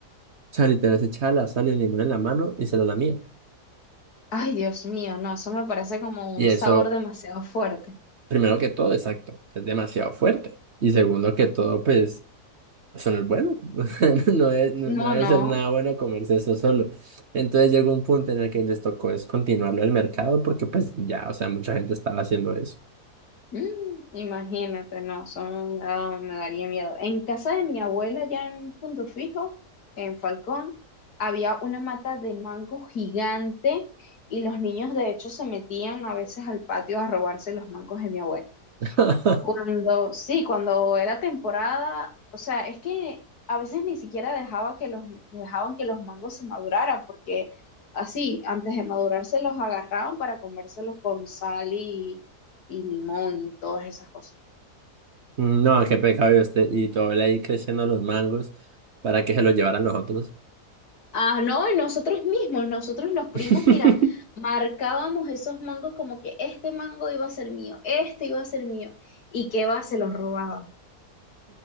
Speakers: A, on the right (about 50°); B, on the left (about 70°).
A: sea, literal se echaba la sal y el limón en la mano y se lo lamía.
B: Ay, Dios mío, no, eso me parece como
A: Y
B: un
A: eso,
B: sabor demasiado fuerte.
A: primero que todo, exacto, es demasiado fuerte. Y segundo que todo, pues, eso no es bueno. <laughs> O sea, No es- no, no
B: No,
A: debe
B: no.
A: ser nada bueno comerse eso solo. Entonces llegó un punto en el que les tocó descontinuarlo del mercado porque pues ya, o sea, mucha gente estaba haciendo eso.
B: Mm, imagínate, no, son, no, me daría miedo. En casa de mi abuela, ya en Punto Fijo, en Falcón, había una mata de mango gigante y los niños de hecho se metían a veces al patio a robarse los mangos de mi abuela.
A: <laughs>
B: Y cuando, sí, cuando era temporada, o sea, es que a veces ni siquiera dejaba que los, dejaban que los mangos se maduraran, porque así, antes de madurarse los agarraban para comérselos con sal y, y limón y todas esas cosas.
A: No, qué pecado y usted y todo él ahí creciendo los mangos para que se los llevaran los otros.
B: Ah, no, y nosotros mismos, nosotros los primos,
A: <laughs>
B: mira, marcábamos esos mangos como que este mango iba a ser mío, este iba a ser mío, y que va, se los robaba